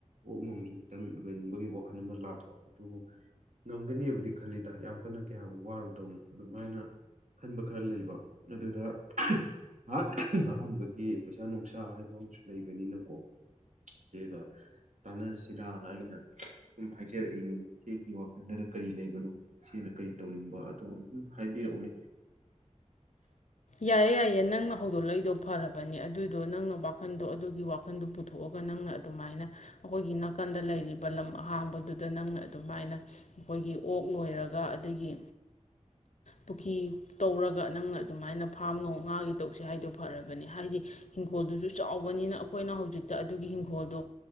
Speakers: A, on the right (about 70°); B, on the left (about 65°).
A: ꯑꯣꯛ ꯅꯨꯡꯁꯨ ꯈꯤꯇꯪ ꯂꯣꯏꯅꯤꯡꯕꯒꯤ ꯋꯥ ꯋꯥꯈꯜ ꯑꯃ ꯂꯥꯛꯄ ꯑꯗꯨꯕꯨ ꯉꯝꯒꯅꯦꯕꯨꯗꯤ ꯈꯜꯂꯤ ꯇ ꯌꯥꯝ ꯀꯟꯅ ꯀꯌꯥ ꯋꯥꯔꯨꯗꯧꯅꯣ ꯑꯗꯨꯃꯥꯏꯅ ꯈꯟꯕ ꯈꯔ ꯂꯩꯕ ꯑꯗꯨꯗ ꯑꯍꯥꯟꯕꯒꯤ ꯄꯩꯁꯥ ꯅꯨꯡꯁꯥ ꯍꯥꯏꯕ ꯑꯃꯁꯨ ꯂꯩꯕꯅꯤꯅꯀꯣ ꯏꯆꯦꯒ ꯇꯥꯟꯅꯁꯤꯔꯅ ꯑꯩꯅ ꯁꯨꯝ ꯍꯥꯏꯖꯔꯛꯏꯅꯦꯅꯦ ꯆꯦꯒꯤ ꯋꯥꯈꯜꯗꯗ ꯀꯔꯤ ꯂꯩꯕꯅꯣ ꯆꯦꯅ ꯀꯔꯤ ꯇꯧꯅꯤꯡꯕ ꯑꯗꯨ ꯑꯗꯨꯝ ꯍꯥꯏꯕꯤꯔꯛꯎꯅꯦ
B: ꯌꯥꯏꯌꯦ ꯌꯥꯏꯌꯦ ꯅꯪꯅ ꯍꯧꯗꯣꯛꯂꯛꯏꯗꯣ ꯐꯔꯕꯅꯤ ꯑꯗꯨꯗꯣ ꯅꯪꯅ ꯋꯥꯈꯟꯗꯣ ꯑꯗꯨꯒꯤ ꯋꯥꯈꯟꯗꯣ ꯄꯨꯊꯣꯛꯑꯒ ꯅꯪꯅ ꯑꯗꯨꯃꯥꯏꯅ ꯑꯩꯈꯣꯏꯒꯤ ꯅꯥꯀꯟꯗ ꯂꯩꯔꯤꯕ ꯂꯝ ꯑꯍꯥꯡꯕꯗꯨꯗ ꯅꯪꯅ ꯑꯗꯨꯃꯥꯏꯅ ꯑꯩꯈꯣꯏꯒꯤ ꯑꯣꯛ ꯂꯣꯏꯔꯒ ꯑꯗꯒꯤ ꯄꯨꯈ꯭ꯔꯤ ꯇꯧꯔꯒ ꯅꯪꯅ ꯑꯗꯨꯃꯥꯏꯅ ꯐꯥꯝ ꯅꯣꯡ ꯉꯥꯒꯤ ꯇꯧꯁꯦ ꯍꯥꯏꯗꯣ ꯐꯔꯕꯅꯤ ꯍꯥꯏꯗꯤ ꯍꯤꯡꯒꯣꯜꯗꯨꯁꯨ ꯆꯥꯎ ꯇꯧꯕꯅꯤꯅ ꯑꯩꯈꯣꯏꯅ ꯍꯧꯖꯤꯛꯇ ꯑꯗꯨꯒꯤ ꯍꯤꯡꯈꯣꯜꯗꯣ